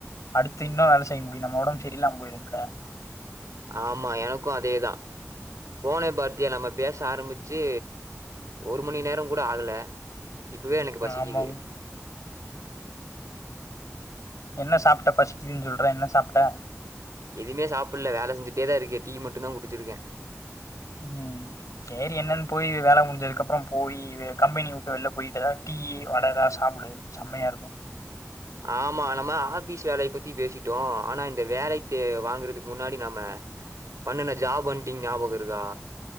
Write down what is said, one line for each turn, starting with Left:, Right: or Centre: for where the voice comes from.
Left: அடுத்து இன்னு வேல செய்ய முடியு நம்ம உடம்பு சரியல்லாம போயிருமுல்ல
Right: ஆமா எனக்கு அதேதா போனே பாத்தியா நம்ம பேச ஆரம்பிச்சி ஒரு மணி நேரம் கூட ஆகல இப்பவே எனக்கு
Left: அ
Right: பசிக்குது.
Left: ஆமாங்க என்ன சாப்ட்ட பசக்கிதுன் சொல்ற என்ன சாப்ட்ட
Right: எதுமே சாப்புல வேல செஞ்சுட்டே தா இருக்கே டீ மட்டு தா குடிச்சிருக்கே
Left: ம் சேரி என்னன் போயி வேல முடிஞ்சதுக்கப்பற போயி வெ கம்பெனி விட்டு வெள்ல போயிட்டு எதா டீயி வட எதா சாப்புடு செம்மையா இருக்கு
Right: ஆமா நம்ம ஆஃபீஸ் வேலைய பத்தி பேசிட்டோ ஆனா இந்த வேலைத்தே வாங்குறதுக்கு முன்னாடி நம்ம பண்ணுன்ன ஜாப் வன்ட்டிங் ஞாபக இருக்கா